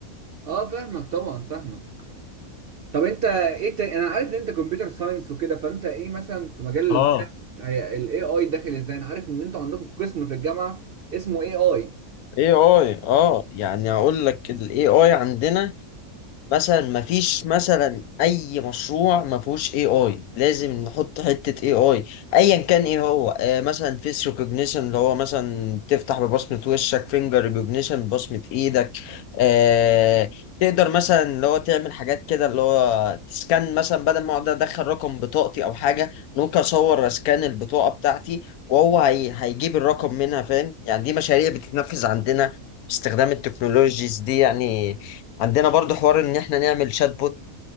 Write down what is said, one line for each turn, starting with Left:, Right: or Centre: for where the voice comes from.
Right: اه فاهمك طبعا فاهمك طب انت ايه تاني انا عارف ان انت كمبيوتر ساينس وكده فانت ايه مثلا في مجال
Left: اه
Right: ال- هي الاي اي داخل ازاي انا عارف ان انتوا عندكم قسم في الجامعه اسمه اي اي
Left: اي اي اه يعني اقول لك الاي اي عندنا مثلا ما فيش مثلا اي مشروع ما فيهوش اي اي لازم نحط حته اي اي ايا كان ايه هو آه مثلا فيس ريكوجنيشن اللي هو مثلا تفتح ببصمه وشك فينجر ريكوجنيشن ببصمه ايدك آه تقدر مثلا اللي هو تعمل حاجات كده اللي هو تسكان مثلا بدل ما اقعد ادخل رقم بطاقتي او حاجه ممكن اصور اسكان البطاقه بتاعتي وهو هي هيجيب الرقم منها فاهم يعني دي مشاريع بتتنفذ عندنا باستخدام التكنولوجيز دي يعني عندنا برضو حوار ان احنا نعمل شات بوت